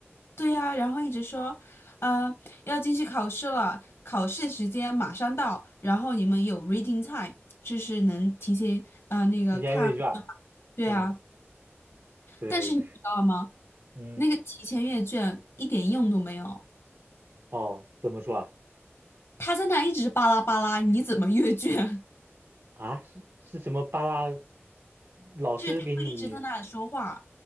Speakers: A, on the left (about 65°); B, on the right (about 60°).
A: 对呀，然后一直说，呃，要进去考试了，考试时间马上到，然后你们有 reading time，就是能提前呃那个看，
B: 提前阅卷儿
A: 对啊，
B: 嗯，对，
A: 但是你知道吗？
B: 嗯，
A: 那个提前阅卷一点用都没有，
B: 哦，怎么说啊？
A: 他在那一直巴拉巴拉，你怎么阅卷？
B: 啊，是是什么巴拉
A: <laughs>
B: 老师给你？
A: 就是他会一直在那里说话。